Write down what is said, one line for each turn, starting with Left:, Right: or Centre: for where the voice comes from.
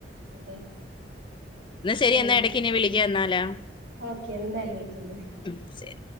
Right: അതെ
Left: ശരി
Right: എന്നാ
Left: ഇടയ്ക്ക് ഇനി വിളിക്കാം എന്നാലാ
Right: ഓക്കെ എന്തായാലും വിളിക്കണ്ട്
Left: ഉം ശരി